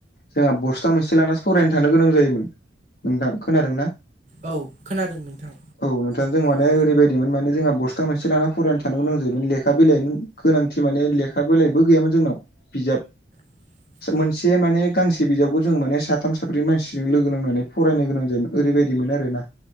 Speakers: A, on the left; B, on the right.
A: जोंहा बस्था मोनसे लानासो फरायनो थांनो गोनां जायोमोन। नोंथां खोनादों ना?
B: औ खोनादों नोंथां।
A: औ नोंथां जों माने
B: औ
A: ओरैबाय दिमोन माने जोंहा बस्था मोनसे लाना फरायनो थांनो गोनां जायोमोन लेखा बिलाइनि गोनांथि माने लेखा बिलाइबो गैयामोन जोंनाव। बिजाब
B: <inaudible>
A: मोनसे माने गांसे बिजाबखौ जों माने साथाम साब्रै मानसिजों लोगो नांनानै फरायनो गोनां जायोमोन ओरैबायदिमोन आरोना